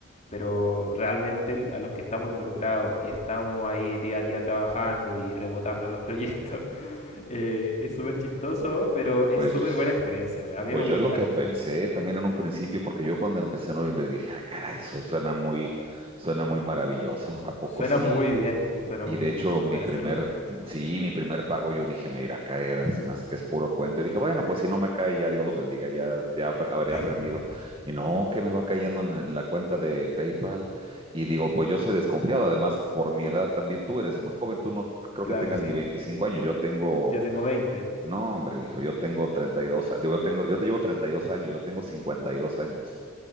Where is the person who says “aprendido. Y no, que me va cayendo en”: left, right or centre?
Right